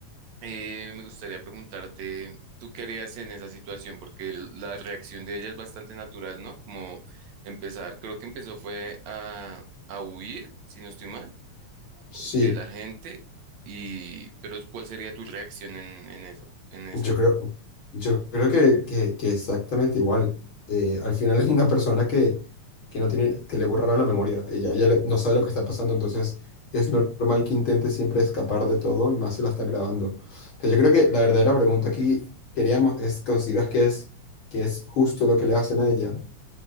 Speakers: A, on the right; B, on the left.
A: eh, me gustaría preguntarte, ¿tú qué harías en esa situación? Porque el- la reacción de ella es bastante natural, ¿no? Como empezar, creo que empezó fue a, a huir, si no estoy mal
B: Sí,
A: de la gente y, pero ¿cuál sería tu reacción en, en esa, en esa?
B: yo creo, yo creo que, que- que exactamente igual. Eh, al final es una persona que, que no tiene, que le borraron la memoria. Ella, ella le- no sabe lo que está pasando, entonces es normal que intente siempre escapar de todo y más si la están grabando. Pero yo creo que la verdadera pregunta aquí queríamos es, ¿consideras que es, que es justo lo que le hacen a ella?